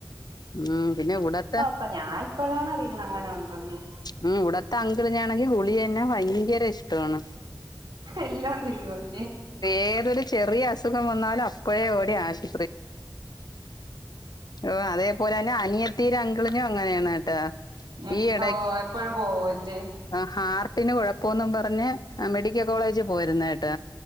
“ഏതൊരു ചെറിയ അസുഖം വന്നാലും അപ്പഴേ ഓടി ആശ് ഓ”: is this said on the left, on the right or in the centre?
Left